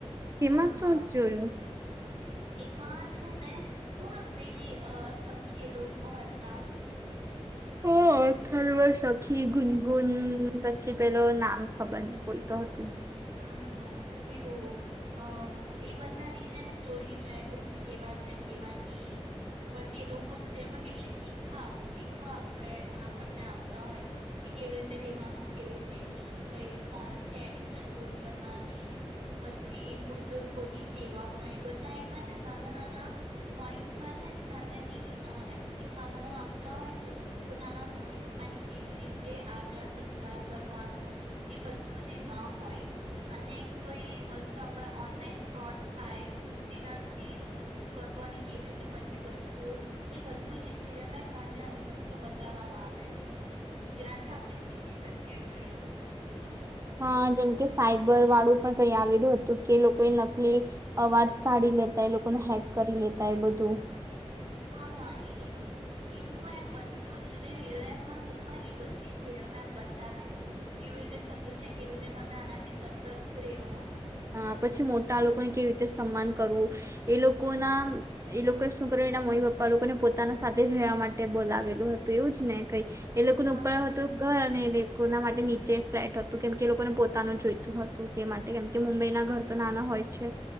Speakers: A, on the right; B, on the right.
A: તેમાં
B: હા
A: શું
B: હા
A: જોયું?
B: એમાં છે ને બ પેલી અ સખી લોકો હતા,
A: હ ખારવા સખી ગુનગુન, પછી પેલો નામ ખબર નહી કોઈ તો હતું,
B: હ પેલું અ એ બધાની જેમ સ્ટોરી જોયા કરું કેવા છે, કેવા નહી ઉપરથી એ લોકોિમાં કેટલીી શીખવા આપણે આપણને આપતા હોય, કે કેવી રીતે રેવાનું કેવી રીતેની કઈ ફોનથી કરવા પછી બુઝુર્ગોની સેવા કરવાની બધા એમાં છે નાના નાના પોઈન્ટમાં છે, નાનાની એમ શિખામણો આપતા હોય, જો પોતાના મમ્મી પપ્પાની કેવી રીતે આદર સત્કાર કરવાનો, એ બધું જ એમાં હોય અને કઈ વસ્તુ આપણે ઓનલાઈન ફ્રોડ થાય તેનાથી શું કરવું અને કેવી રીતે, પછી બચવું એ બધું જ છેમાં એમ નાની નાની વસ્તુ બતાવવામાં આવે જેનાથી આપણે શીખી શકીએ કઈ.
A: હા જેમ કે સાયબર વાળું પણ કઈ આવેલું હતું, કે લોકોએ નકલી અવાજ કાઢી લેતાય લોકોને હેક કરી લેતા એ બધું
B: હા હા એજ એ લોકો એમ બધું જ જે રિયલ લાઈફમાં થતું હોય, ને એ બધી સીરયલમાં એમ બતાવે કેવી રીતે થતું છે, કેવી રીતે તમે આનાથી સતર્ક રહેવો.
A: અ પછી મોટા લોકોને કેવી રીતે સન્માન કરવું, એ લોકોના એ લોકોએ શું કર્યું એના મમ્મી પપ્પા લોકોને પોતાના સાથે જ રહેવા માટે બોલાવેલું હતું, એવું જ ને કઈ એ લોકો ન
B: હા
A: ઉપાાય
B: હા
A: હતો ઘર અને લોકો ના માટે નીચે ફ્લેટ હતું કેમ કે એ લોકોને પોતાનું જોઈતું, હતું તે માટે કેમ કે મુંબઈ ના ઘર તો નાના હોય છે,